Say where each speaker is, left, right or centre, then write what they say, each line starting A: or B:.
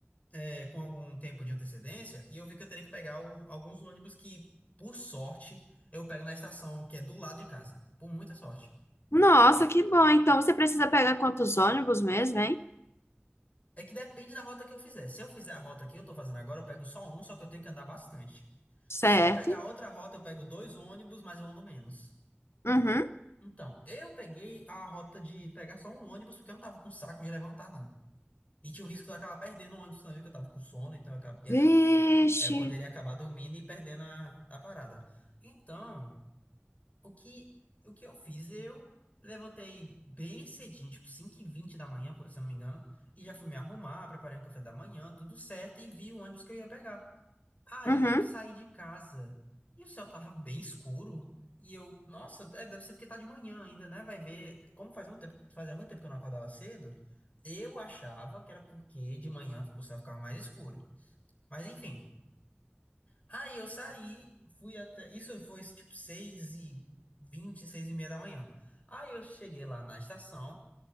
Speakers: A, on the left (about 35°); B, on the left (about 80°).
A: é, com algum tempo de antecedência e eu vi que eu teria que pegar o- alguns ônibus que, por sorte, eu pego na estação que é do lado de casa. Por muita sorte.
B: Nossa, que bom. Então você precisa pegar quantos ônibus mesmo, hein?
A: É que depende da rota que eu fizer. Se eu fizer a rota que eu tô fazendo agora, eu pego só um, só que eu tenho que andar bastante.
B: Certo.
A: Se eu pegar outra rota, eu pego dois ônibus, mas eu ando menos.
B: Uhum.
A: Então, eu peguei a rota de pegar só um ônibus, porque eu não tava com saco de levantar, não. E tinha o risco de eu acabar perdendo o ônibus também, porque eu tava com sono, então eu, acab- ia-
B: Vixe.
A: é, eu poderia acabar dormindo e perdendo a, a parada. Então, O que, o que eu fiz? Eu levantei bem cedinho, tipo cinco e vinte da manhã, por se eu não me engano, e já fui me arrumar, preparei um café da manhã, tudo certo, e vi o ônibus que eu ia pegar. Aí
B: Uhum.
A: eu saí de casa e o céu tava bem escuro. E eu, nossa, é, deve ser porque tá de manhã ainda, né? Vai ver. Como fazia muito tempo, fazia muito tempo que eu não acordava cedo, eu achava que era porque de manhã o céu ficava mais escuro. Mas enfim. Aí eu saí, fui até. Isso foi tipo seis e vinte, 6 e meia da manhã. Aí eu cheguei lá na estação